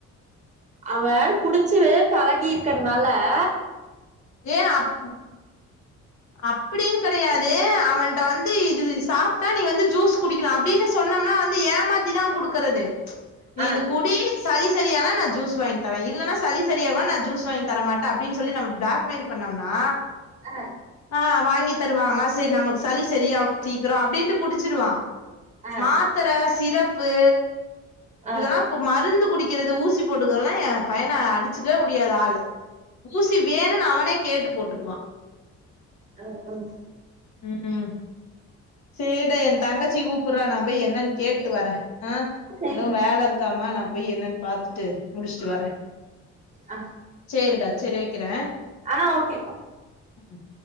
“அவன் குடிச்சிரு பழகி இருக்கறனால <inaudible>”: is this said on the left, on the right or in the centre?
Right